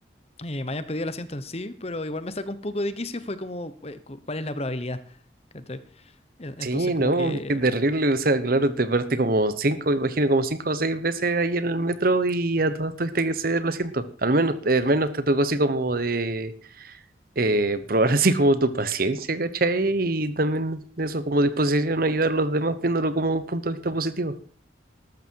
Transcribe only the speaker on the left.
eh, me hayan pedido el asiento en sí, pero igual me sacó un poco de quicio, fue como, eh, cu- ¿cuál es la probabilidad? ¿cachai? En- Entonces
como que,